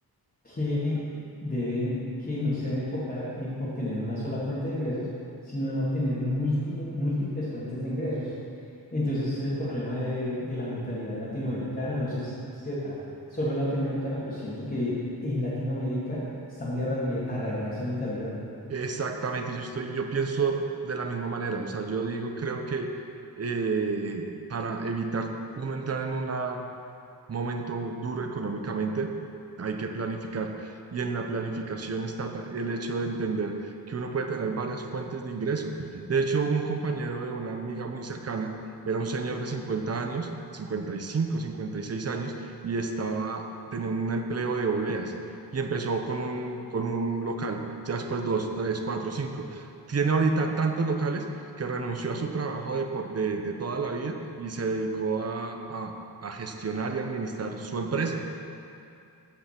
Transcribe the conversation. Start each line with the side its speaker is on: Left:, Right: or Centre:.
Left: que deben, que no se deben enfocar en obtener una sola fuente de ingresos, sino en obtener múltime- múltiples fuentes de ingresos. Entonces ese es el problema de, de la mentalidad latinoamericana. No sé si será solo latinoamericana, pero siento que en Latinoamérica está muy arraigue- arraigada esa mentalidad.
Right: Exactamente, yo estoy, yo pienso de la misma manera, o sea, yo digo, creo que eh, para evitar uno entrar en una momento duro económicamente, hay que planificar. Y en la planificación está ta- el hecho de entender que uno puede tener varias fuentes de ingreso. De hecho, un compañero de una amiga muy cercana era un señor de 50 años, cincuenta cincuenta y cinco cincuenta y seis años, y estaba, tenía un empleo de obleas y empezó con un, con un local, ya después dos, tres, cuatro, cinco. Tiene ahorita tantos locales que renunció a su trabajo de, por, de, de toda la vida y se dedicó a, a, a gestionar y administrar su empresa.